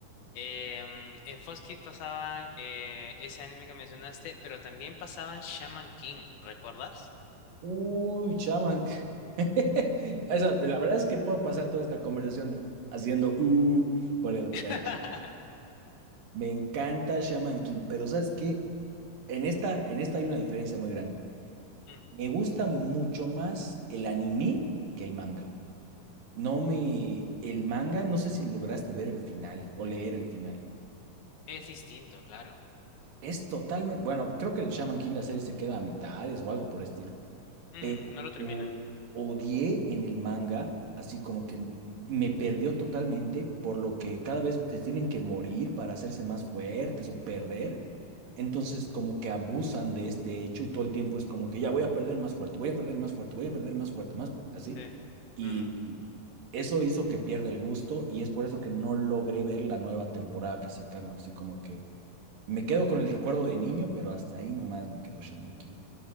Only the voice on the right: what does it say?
Uy, chaman. <laughs> Esa- la verdad es que puedo pasar toda esta conversación di- haciendo, uh, por el-
pero me encanta Shaman King, pero ¿sabes qué? En esta, en esta hay una diferencia muy grande.
Me gusta mucho más el anime que el manga. No me... El manga, no sé si lograste ver el final o leer el final.
Es totalmente... Bueno, creo que el Shaman King, la serie se queda a mitades o algo por el estilo.
Pero
o- odié en el manga, así como que me perdió totalmente, por lo que cada vez te tienen que morir para hacerse más fuertes o perder. Entonces como que abusan de este hecho y todo el tiempo es como que ya voy a perder más fuerte, voy a perder más fuerte, voy a perder más fuerte, más fu- así.
Y
eso hizo que pierda el gusto y es por eso que no logré ver la nueva temporada que sacaron. Así como que me quedo con el recuerdo de niño, pero hasta ahí nomás me quedó Shaman King.